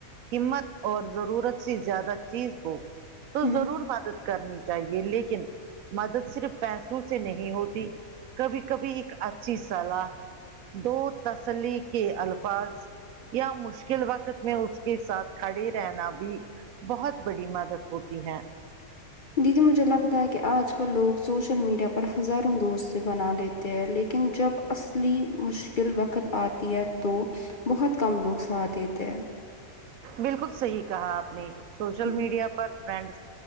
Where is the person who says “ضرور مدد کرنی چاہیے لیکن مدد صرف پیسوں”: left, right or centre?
Right